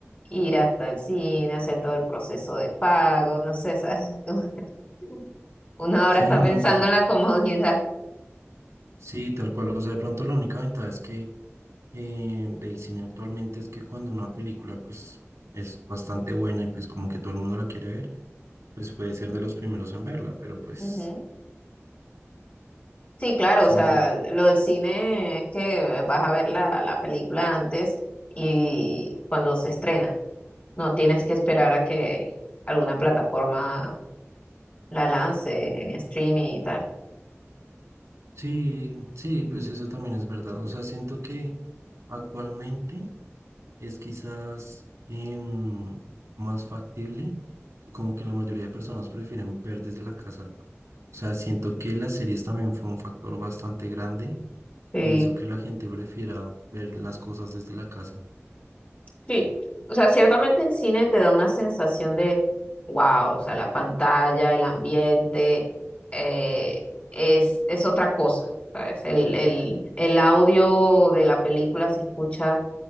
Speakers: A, on the left (about 30°); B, on the right (about 85°).
A: ir hasta el cine, hacer todo el proceso de pago, no sé, ¿sabes? <laughs> Una hora
B: Sí,
A: está pensando
B: no,
A: en la comodidad.
B: sí, tal cual. O sea, de pronto la única ventaja es que eh, del cine actualmente es que cuando una película pues es bastante buena y pues como que todo el mundo la quiere ver, pues puede ser de los primeros en verla, pero pues
A: Ujú. Sí, claro,
B: siento,
A: o sea, lo del cine es que vas a ver la, la película antes y cuando se estrena. No tienes que esperar a que alguna plataforma la lance en streaming y tal.
B: sí, sí, pues eso también es verdad. O sea, siento que actualmente es quizás em, más factible y como que la mayoría de personas prefieren ver desde la casa. O sea, siento que las series también fue un factor bastante grande
A: Sí,
B: y hizo que la gente prefiera ver las cosas desde la casa.
A: sí. O sea, ciertamente el cine te da una sensación de wow, o sea, la pantalla, el ambiente, eh, es, es otra cosa, ¿sabes? El, el, el audio de la película se escucha